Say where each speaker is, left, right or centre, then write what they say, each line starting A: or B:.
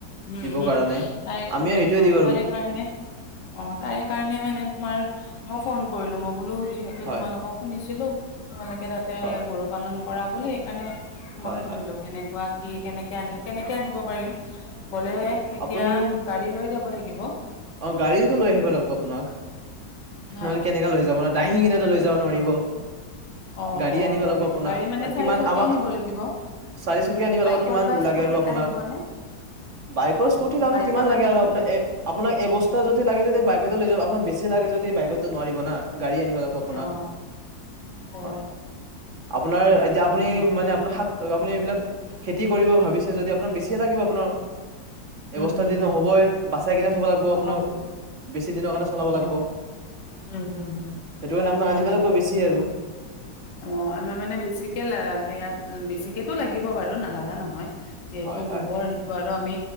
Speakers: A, on the left; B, on the right.
A: উম
B: দিবৰ
A: উম
B: কাৰণে
A: তাৰে
B: আমিও সেইটোৱে
A: অ
B: দিওঁ আৰু
A: তাৰে কাৰণে অ তাৰে কাৰণে মানে তোমাৰ মই ফোন কৰিলোঁ মই বোলো যিহেতু
B: হয়
A: তোমালোকক শুনিছিলো। তোমালোকে তাতে
B: হয়
A: গৰু পালন কৰা বুলি কাৰণে তোমাক
B: হয়
A: সুধিলো
B: হয়
A: কেনেকুৱা কি কেনেকে আনি, কেনেকে আনিব পাৰিম। গলে, এতিয়া,
B: আপুনি
A: গাড়ী লৈ যাব লাগিব। <unintelligible>
B: অ গাড়ীতো লৈ আহিব লাগিব আপোনাক
A: হয়
B: নহলে কেনেকা লৈ যাব ন দাঙি কিনেটা লৈ যাব যাব নোৱাৰিব।
A: অ
B: গাড়ী
A: অ
B: আনিব
A: তাকেতো
B: লাগব, আপোনাক।
A: গাড়ী মানে
B: আ,
A: চাৰিচকীয়াই
B: কিমান আমা-ক,
A: নিব লাগিব
B: চাৰিচকীয়া আনিব, <unintelligible>
A: বাইকত
B: কিমান
A: বা স্কুটিত
B: লাগে আৰু আপোনাক?
A: আহিবনে
B: বাইকৰ স্কুটিত <unintelligible>
A: বাইকত
B: কিমান লাগে
A: আহিবনে
B: আৰু আপোনাক? এ আপোনাক এই বস্তা যদি লাগে যদি বাইকতে লৈ যাব আপোনাৰ বেছি লাগে যদি বাইকোতটো নোৱাৰিব না গাড়ী আনিব লাগিব আপোনাক,
A: অ অ
B: হয়। আপোনাৰ এতিয়া আপুনি
A: উম
B: মানে আপোনাৰ শাক আপুনি এইবিলাক খেতি কৰিব ভাবিছে যদি আপোনাক বেছিয়ে লাগিব আপোনাৰ এবস্তা
A: হম
B: দি
A: হম
B: নহ'বই। বাছ্ চাই কেনে থ'ব লাগব,
A: নহ'ব
B: আপোনাৰ।
A: অ
B: বেছি দিনৰ কাৰণে চলাব
A: উম
B: লাগিব
A: হম হম হম
B: সেইটো কাৰণে আপোনাক
A: তাকেতো
B: আনিব লাগিব বেছি আৰু
A: অ আমাৰ মানে বেছিকে লা, সেয়াত ও, বেছিকেতো লাগিব বাৰু নালাগা নহয়। যিহেতু
B: হয় হয়
A: গোবৰ সেইটো আৰু আমি